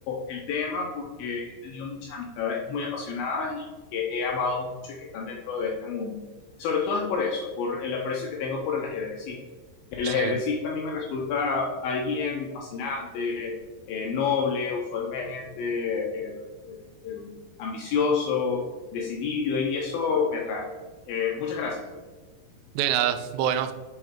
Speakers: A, on the left; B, on the right.
A: el tema porque he tenido muchas amistades muy apasionadas y que he amado mucho y que están dentro de este mundo. Sobre todo es por eso, por el aprecio que tengo por el ajedrecista. El
B: Sí.
A: ajedrecista a mí me resulta alguien fascinante, eh, noble usualmente, eh, eh, eh, ambicioso, decidido y eso me atrae. Eh, muchas gracias.
B: De nada, bueno,